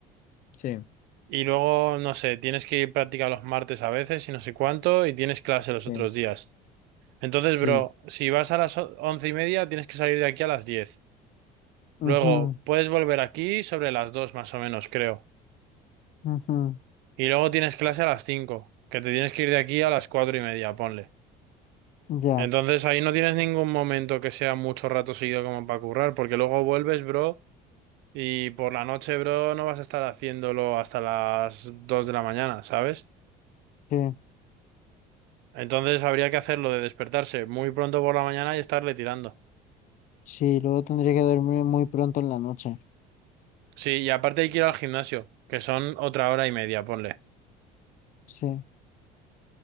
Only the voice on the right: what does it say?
y luego, no sé, tienes que ir práctica los martes a veces y no sé cuánto y tienes clase
los otros días. Entonces,
bro, si vas a las o- once y media, tienes que salir de aquí a las diez. Luego,
puedes volver aquí sobre las dos, más o menos, creo.
Y luego tienes clase a las cinco, que te tienes que ir de aquí a las cuatro y media, ponle.
Entonces, ahí no tienes ningún momento que sea mucho rato seguido como para currar, porque luego vuelves, bro, y por la noche, bro, no vas a estar haciéndolo hasta las dos de la mañana, ¿sabes?
Entonces, habría que hacerlo de despertarse muy pronto por la mañana y estarle tirando.
Sí, y aparte hay que ir al gimnasio, que son otra hora y media, ponle.